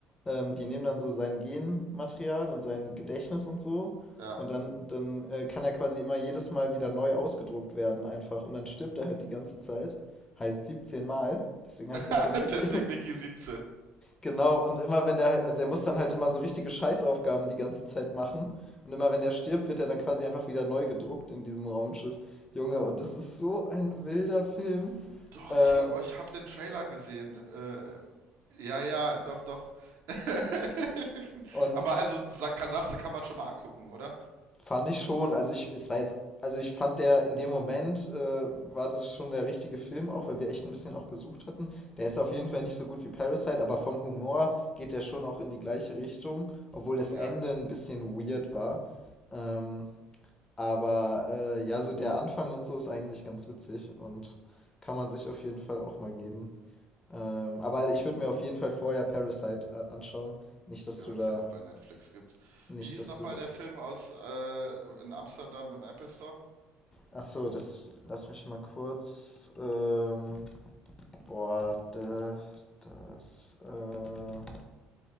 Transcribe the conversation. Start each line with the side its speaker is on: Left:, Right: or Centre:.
Left: ähm, die nehmen dann so sein Genmaterial und sein Gedächtnis und so
Right: ja.
Left: und dann dann, äh, kann er quasi immer jedes Mal wieder neu ausgedruckt werden einfach und dann stirbt er halt die ganze Zeit, halt 17 Mal. Deswegen heißt
Right: <laughs>
Left: der Film Mickey.
Right: Deswegen
Left: <laughs>
Right: Mickey siebzehn
Left: Genau, und immer wenn der halt also der muss dann halt immer so richtige Scheißaufgaben die ganze Zeit machen und immer wenn der stirbt, wird er dann quasi einfach wieder neu gedruckt in diesem Raumschiff. Junge, und das ist so ein wilder Film.
Right: Doch,
Left: Ähm,
Right: ich glaube, ich habe den Trailer gesehen. Äh, ja, ja, doch, doch. <laughs>
Left: und
Right: aber also Sa- Kasachse kann man schon mal angucken, oder?
Left: Fand ich schon. Also ich, es war jetzt, also ich fand der in dem Moment äh, war das schon der richtige Film auch, weil wir echt ein bisschen auch gesucht hatten. Der ist auf jeden Fall nicht so gut wie Parasite, aber vom Humor geht der schon auch in die gleiche Richtung, obwohl das
Right: Ja.
Left: Ende ein bisschen weird war. Ähm, aber äh, ja, so der Anfang und so ist eigentlich ganz witzig und kann man sich auf jeden Fall auch mal geben. Ähm, aber ich würde mir auf jeden Fall vorher Parasite äh, anschauen. Nicht, dass
Right: Ja,
Left: du
Right: wenn
Left: da,
Right: es den noch bei Netflix gibt.
Left: nicht,
Right: Wie hieß
Left: dass
Right: nochmal
Left: du da
Right: der Film aus äh, in Amsterdam im Apple Store?
Left: Ach so, das lass mich mal kurz. Ähm, boah, der, das, äh,